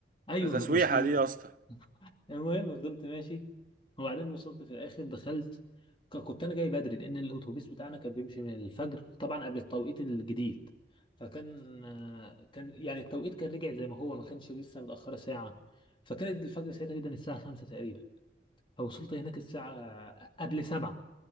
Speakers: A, on the left; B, on the right.
A: ايوه
B: ده تسويحة
A: مش من
B: دي يا اسطى <laughs>
A: المهم فضلت ماشي وبعدين وصلت في الاخر دخلت ك- كنت انا جاي بدري لان الاتوبيس بتاعنا كان بيمشي من الفجر طبعا قبل التوقيت الجديد فكان آه، كان يعني التوقيت كان رجع زي ما هو ما كانش لسه متاخره ساعه فكانت الفجر ساعتها جدا الساعه 5 تقريبا فوصلت هناك الساعه قبل 7